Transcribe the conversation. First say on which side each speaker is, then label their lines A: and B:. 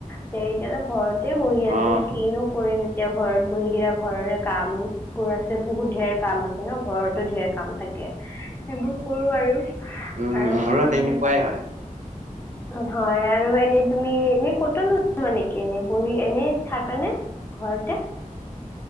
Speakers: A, on the left (about 15°); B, on the right (about 60°).
A: তে এতিয়া ত ঘৰত। ততে বহি আছো
B: আহ
A: কিনো কৰিম এতিয়া ঘৰত বহি কিটা ঘৰৰে কাম বোৰ আছে। বহুত ধেৰ কাম আছে ন ঘৰতো ঢেৰ কাম থাকে সেইবোৰ কৰো আৰু
B: উম
A: আৰু ম
B: মোৰো তেনেকুৱাই হয়
A: হয় আৰু এনেই তুমি এনে কতও নোযোৱা নেকিএনে বহি এনেই থাকা নে। ঘৰতে